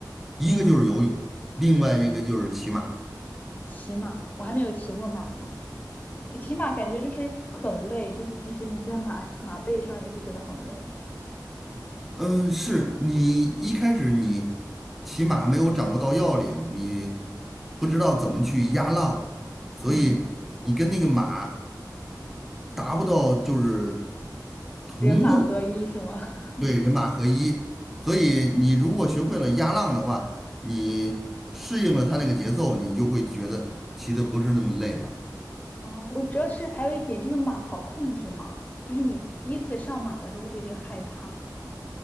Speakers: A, in the centre; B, on the left.
A: 一个就是游泳，
B: 是吗？
A: 另外一个就是骑马。
B: 骑马，我还没有骑过马呢，骑马感觉就是很累，就是即使你在马马背上也是觉得很累，
A: 嗯，是你一开始你骑马没有掌握到要领，你不知道怎么去压浪，所以你跟那个马
B: 嗯，
A: 达不到就是同步，
B: 人马合一是吗？<laughs>
A: 对，人马合一。所以你如果学会了压浪的话，你适应了它那个节奏，你就会觉得骑的不是那么累了。
B: 哦，我主要是还有一点就是马好控制嘛，就是你第一次上马的时候会不会有点害怕？